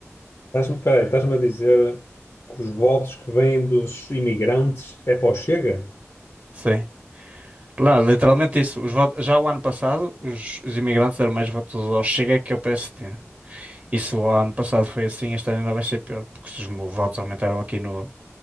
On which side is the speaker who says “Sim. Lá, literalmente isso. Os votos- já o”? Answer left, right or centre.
Right